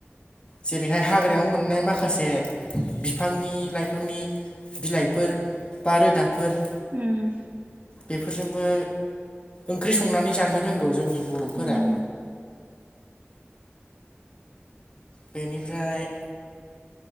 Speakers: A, on the left; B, on the right.
A: जेरैहाय हाग्रायाव मोननाय माखासे। बिफांनि लाइफांनि बिलाइफोर बा रोदाफोर
B: उम
A: बेफोरजोंबो ओंख्रि संनानै जानो रोंगौ जोंनि बर'फोरा
B: उम उम
A: बेनिफ्राय